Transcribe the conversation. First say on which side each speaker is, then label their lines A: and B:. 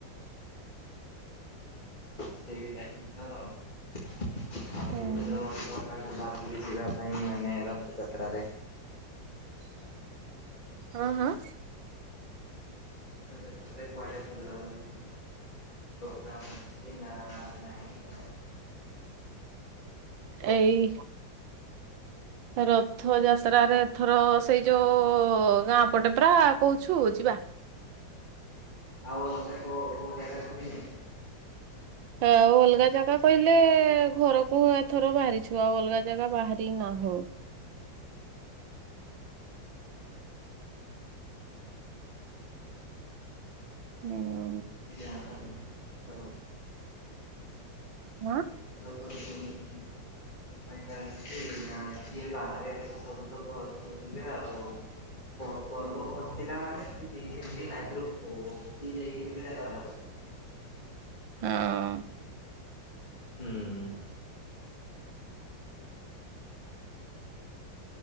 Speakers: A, on the left; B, on the right.
A: ସେଇ ଟାଇମ ତ ଆ ଆଉ
B: ହୁଁ।
A: ଏଇଥର - ବାହାରିଛି ଯିବା ପାଇଁ ମାନେ ରଥଯାତ୍ରାରେ।
B: ହୁଁ ହୁଁ।
A: ନହେଲେ କୁଆଡେ ଭଲ ଲାଗୁନି ଯିବା କୁ। ପ୍ରୋଗ୍ରାମ ହୋଉଛି ନା ନାହିଁ।
B: ଏଇ ରଥ ଯାତ୍ରାରେ ଏଥର ସେଇ ଯୋଉ ଗାଁ ପଟେ ପରା କହୁଛୁ ଯିବା।
A: ଆଉ ଗୋଟେ କୋଉ କୋଉ ଜାଗାକୁ ଯିବିନି।
B: ଆଉ ଅଲଗା ଜାଗା କହିଲେ ଘରକୁ ଏଥର ବାହାରିଛୁ ଆଉ ଅଲଗା ଜାଗା ବାହାରି ନାଁହୁ। ହୁଁ।
A: ଯାହା। ହଉ।
B: ହଁ।
A: <unintelligible> ଫାଇଦା ଅଛି <unintelligible> ଆଜି ତ <unintelligible> ସବୁ ତ ଘରକୁ ଯିବେ ଆଉ। <unintelligible> ପହଁଚିଲା ମାନେ ଦିଇ <unintelligible>
B: ହଁ
A: ହୁଁ।